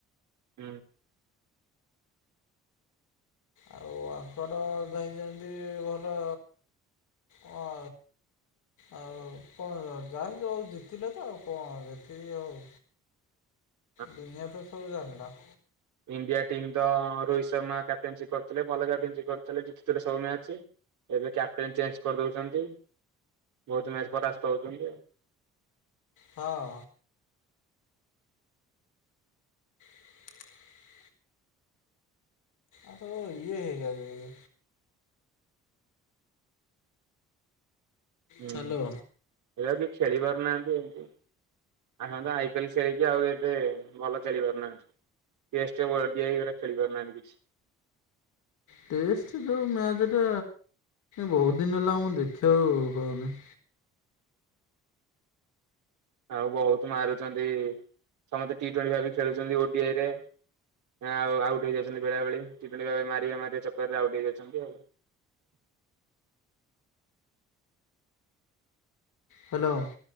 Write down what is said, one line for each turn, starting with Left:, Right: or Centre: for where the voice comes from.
Right: ହୁଁ।
Left: ଆଉ ଆଙ୍କର ଯାଇଛନ୍ତି ଭଲ ହ ଆଉ କଣ ଯାନ୍ତୁ ଆଉ ଜିତିଲେ ତ ଆଉ କଣ ଜତିକି ଆଉ
Right: <inaudible>
Left: ଦୁନିଆ ତ ସବୁ ଜାନ୍ଦ
Right: ଇଣ୍ଡିଆ ଟିମ ର ରୋହିତ ଶର୍ମା କ୍ୟାପ୍ଟେନସି କରିଥିଲେ ଭଲ କ୍ୟାପ୍ଟେନସିପ କରିଥିଲେ ଜିତିଥିଲେ ସବୁ ମ୍ୟାଚ ଏବେ କ୍ୟାପଟେନ ଚେଞ୍ଜ କରିଦଉଛନ୍ତି ବହୁତ ମ୍ୟାଚ ପରାସ୍ତ ହଉଛନ୍ତି ଆଉ
Left: ହଁ <inaudible> ଆ ଇଏହେଇଜାଉ
Right: ହୁଁ
Left: ହ୍ୟାଲୋ।
Right: ଏବେ କି ଖେଳି ପାରୁନାହାନ୍ତି ଏମିତି ଆଇ ପିଏଲ ଖେଳିକି ଆଉ ଏତେ ଭଲ ଚାଲି ପାରୁନାହାନ୍ତି ଟେଷ୍ଟ ଓଡିଆଇ ଖେଳିପାରୁନାହାଁ କିଛି
Left: ଟେଷ୍ଟ ଯେଉଁ ମ୍ୟାଚ୍ଟା ବହୁତ ଦିନ ହେଲା ମୁଁ ଦେଖିବାକୁ ପାହୁନି
Right: ଆଉ ବହୁତ ମାରୁଛନ୍ତି ସମସ୍ତେ ଟି ଟଣ୍ଟି ଖେଳୁଛନ୍ତି ଓଡିଆଇ ରେ ହଁ ଆଉ ଆଉଟ ହେଇାଉଛନ୍ତି ବେଳେବେେଳେ କି ମାରିବା ମାରିବା ଚକରରେ ଆଉଟ ହେଇଯାଉଛନ୍ତି ଆଉ
Left: ହ୍ୟାଲୋ